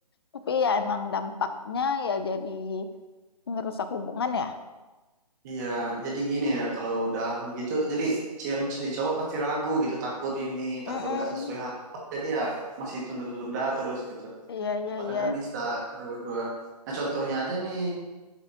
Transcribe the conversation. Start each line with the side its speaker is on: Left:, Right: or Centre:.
Left: Tapi ya emang dampaknya ya jadi ngerusak hubungan ya.
Right: Iya, jadi gini ya kalau udah begitu, jadi si yang si cowok pasti ragu gitu, takut ini,
Left: Mm-mm.
Right: takut nggak sesuai harapan. Jadi ya masih tunda-tunda terus gitu.
Left: Iya, iya,
Right: Padahal
Left: iya.
Right: kan bisa kedua-dua. Nah contohnya aja nih,